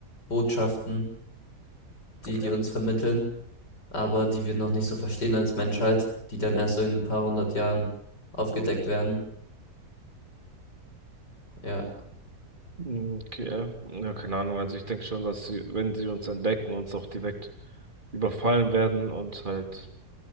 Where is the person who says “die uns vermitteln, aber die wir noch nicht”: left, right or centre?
Left